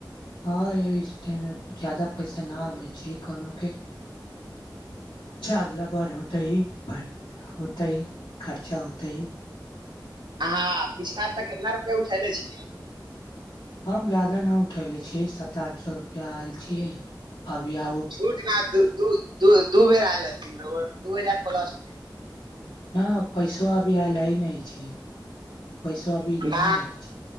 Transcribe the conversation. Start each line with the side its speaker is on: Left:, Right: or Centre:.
Left: हँ इस टाइम जादा पैसा नहि आबै छै कोनोोक के अच्छा अगला भर होत ही होत ह खर्चा होत ही
Right: अहाँ पिछला तऽ कितना रुपआ उठेले छियै
Left: हम जा्यदाा नहि उठयनेे छी सात आठ सए रुपैआ आयल छियै अभी आ
Right: छूट न दू दूध दू दू बेर आयल हथिन रह दू हजार प्लस मे
Left: न पैसा छ अभ आ लय नहि छी ओ पैसो अभी
Right: न
Left: नहि आयल छै